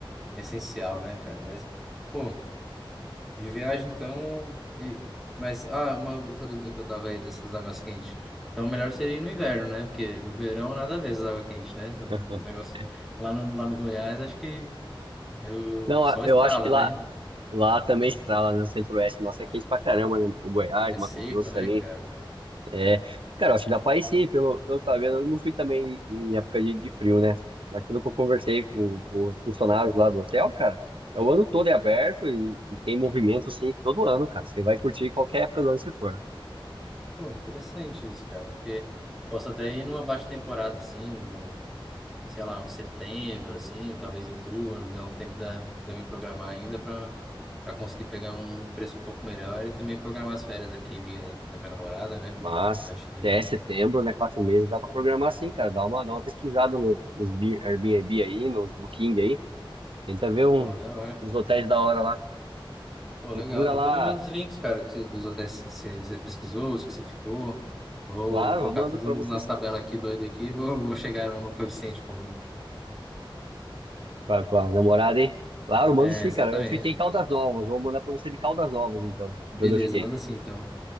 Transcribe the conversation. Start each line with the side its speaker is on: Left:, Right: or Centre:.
Centre: essencial, né, cara? Mas, pô, de viagem então. e- Mas, ah, uma outra dúvida que eu tava aí dessas águas quentes. Então, melhor seria ir no inverno, né? Porque no verão nada a ver essas águas quentes, né? O
Right: <laughs>
Centre: negócio lá no, lá no Goiás, acho que é o
Right: Não,
Centre: sol
Right: a- eu
Centre: estrala,
Right: acho que lá,
Centre: né?
Right: lá também estrala, né? No Centro-Oeste, nossa, é quente pra caramba, né? O Goiás,
Centre: É
Right: Mato
Centre: seco,
Right: Grosso
Centre: né,
Right: ali.
Centre: cara?
Right: É, cara, eu acho que dá pra ir sim, pelo, pelo que eu tava vendo, eu não fui também em época de, de frio, né? Mas pelo que eu conversei com, com os funcionários lá do hotel, cara, é o ano todo é aberto e, e tem movimento, sim, todo ano, cara. Você vai curtir qualquer época do ano que for.
Centre: Pô, interessante isso, cara. Porque posso até ir numa baixa temporada, assim, no, sei lá, no setembro, assim, talvez outubro, dá um tempo da, de eu me programar ainda para para conseguir pegar um preço um pouco melhor e também programar as férias aqui minha, da minha namorada, né?
Right: Mas,
Centre: Acho que,
Right: até setembro, né, quatro meses, dá pra programar sim, cara. Dá uma, dá uma pesquisada no, nos Bi- Airbnb aí, nos Booking aí. Tenta ver um,
Centre: pô, da hora.
Right: uns hotéis da hora lá.
Centre: Pô,
Right: Procura
Centre: legal. Depois
Right: lá,
Centre: me manda os links, cara, que- dos hotéis que você você pesquisou, os que você ficou. Vou
Right: claro,
Centre: colocar
Right: eu mando
Centre: tudo
Right: pra
Centre: na
Right: você
Centre: nossa
Right: sim.
Centre: tabela aqui doida aqui e vou, vou chegar no coeficiente comum.
Right: com a, com a namorada, hein? Claro, mando
Centre: É,
Right: sim,
Centre: exatamente.
Right: cara. Eu fiquei em Caldas Novas. Vou mandar pra você de Caldas Novas, então, de
Centre: Beleza,
Right: onde eu fiquei.
Centre: manda assim então.